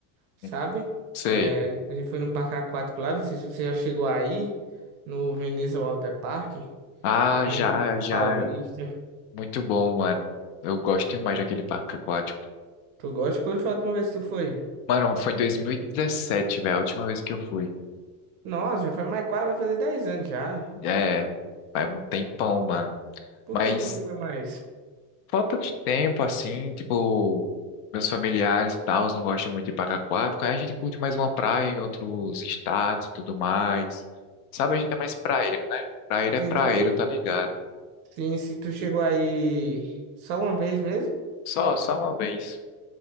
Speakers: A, on the right (about 40°); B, on the left (about 75°).
A: sabe?
B: Hum, Sei.
A: É, a gente foi num parque aquático lá, não sei se você já chegou aí, no Veneza Water Park,
B: Ah,
A: lá
B: já,
A: em
B: já.
A: Paulista.
B: Muito bom, mano. Eu gosto demais daquele parque aquático.
A: Tu gosta? Quando foi a última vez que tu foi?
B: Mano, foi em 2017, velho, a última vez que eu fui.
A: Nossa, já faz mais quase, vai fazer 10 anos já.
B: É, faz um tempão, mano.
A: Por
B: Mas
A: que tu não foi mais?
B: falta de tempo, assim, tipo, meus familiares e tal não gostam muito de ir pra Cacoal, porque aí a gente curte mais uma praia em outros estados e tudo mais. Sabe, a gente é mais praeiro, né? Praeiro é
A: Sim,
B: praeiro, tá ligado?
A: Sim, sim, tu chegou aí só uma vez mesmo?
B: Só, só uma vez.